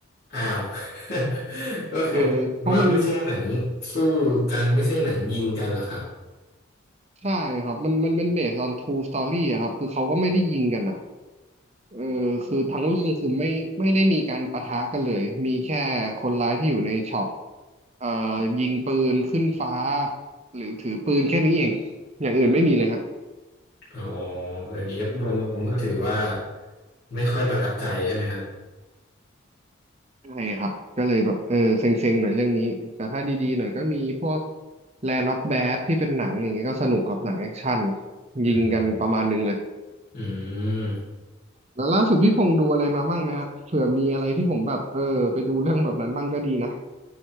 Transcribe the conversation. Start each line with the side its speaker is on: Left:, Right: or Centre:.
Left: อ้าว <laughs> ก็คือ
Right: เออเพราะมัน
Left: ว่าไม่ใช่หนังสู้กันไม่ใช่หนังยิงกันเหรอครับ
Right: ใช่ครับมันมันเป็นเบสออน true story อะครับคือเขาก็ไม่ได้ยิงกันอ่ะเออคือทั้งเรื่องคือไม่ไม่ได้มีการปะทะกันเลยมีแค่คนร้ายที่อยู่ในช็อปเอ่อยิงปืนขึ้นฟ้าหรือถือปืนแค่นี้เองอย่างอื่นไม่มีเลยฮะ
Left: อ๋ออย่างนี้รวมๆก็ถือว่าไม่ค่อยประทับใจใช่ไหมครับ
Right: ใช่ครับก็เลยแบบเออเซ็งๆหน่อยเรื่องนี้แต่ถ้าดีๆหน่อยก็มีพวก Land of Bad ที่เป็นหนังอย่างเงี้ยก็สนุกครับหนังแอคชั่น
Left: อืม
Right: ยิงกันประมาณนึงเลย
Left: อืม
Right: แล้วล่าสุดพี่พงษ์ดูอะไรมาบ้างไหมฮะเผื่อมีอะไรที่ผมแบบเออไปดูเรื่องแบบนั้นบ้างก็ดีนะ